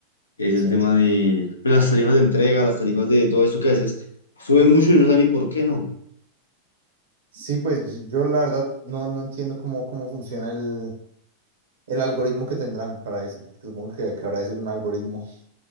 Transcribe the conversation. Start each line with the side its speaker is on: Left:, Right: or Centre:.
Left: es
Right: Sí.
Left: el tema de pues, las tarifas de entrega, las tarifas de todo esto que haces, suben mucho y no saben ni por qué no.
Right: Sí, pues yo la verdad no, no entiendo cómo, cómo funciona el, el algoritmo que tendrán para eso. que Supongo que, que habrá de ser un algoritmo